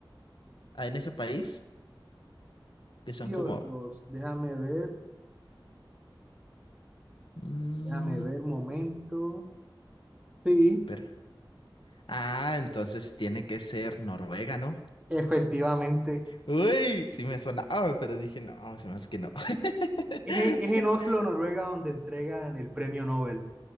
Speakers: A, on the left; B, on the right.
A: Ah, en ese país, que son
B: Fiordos,
A: como...
B: déjame ver,
A: mm,
B: déjame ver, momento. Sí,
A: pero... Ah, entonces tiene que ser Noruega, ¿no?
B: efectivamente.
A: Uy, sí me sonaba, pero dije, no, se me hace que no. <laughs>
B: Es en, es en Oslo, Noruega, donde entregan el premio Nobel.